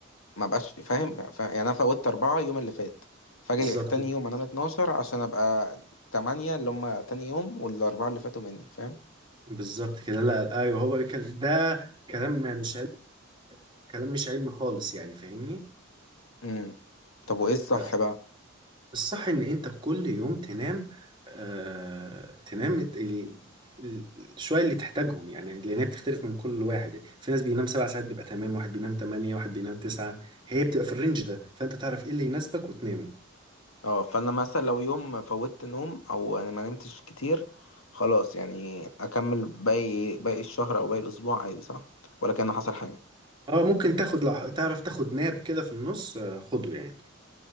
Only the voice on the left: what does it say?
ما بقاش فاهم ف- يعني انا فوتت اربعة يوم اللي فات فاجي
تاني يوم انام 12 عشان ابقى تمانية اللي هم تاني يوم والاربعة اللي فاتوا مني فاهم
امم طب وايه
الصح بقى
اه فانا مثلا لو يوم فوتت نوم او انا ما نمتش كتير خلاص يعني اكمل باقي باقي الشهر او باقي الاسبوع عادي صح ولا كان حصل حاجة